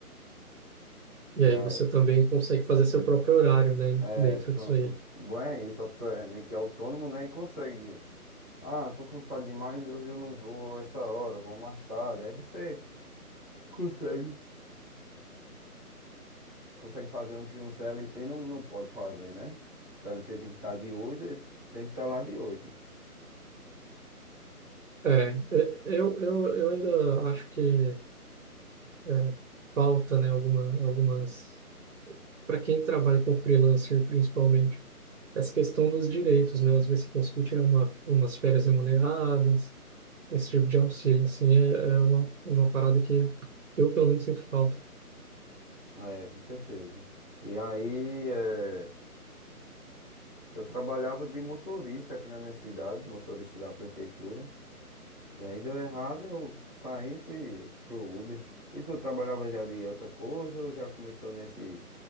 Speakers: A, on the right (about 55°); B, on the left (about 15°).
A: E
B: E
A: aí
B: aí,
A: você também consegue fazer seu próprio horário, né,
B: é,
A: dentro
B: pronto.
A: disso aí.
B: Bom é isso, a pessoa é meio que autônomo, né? E consegue. Ah, tô cansado demais, hoje eu não vou a essa hora, eu vou mais tarde. Aí você consegue. Consegue fazer um que um CLT não, não pode fazer, né? CLT tem que estar de oito, eh, tem que estar lá de 8.
A: É, é, eu, eu, eu ainda acho que é, falta, né, alguma, algumas... Para quem trabalha com freelancer, principalmente, essa questão dos direitos, né? Às vezes você conseguir tirar uma, umas férias remuneradas, esse tipo de auxílio, assim, é, é uma, uma parada que eu, pelo menos, sinto falta.
B: É, com certeza. E aí, é, eu trabalhava de motorista aqui na minha cidade, motorista da prefeitura. E aí deu errado, eu saí e fui pro Uber. E tu trabalhava já de outra coisa ou já começou nesse,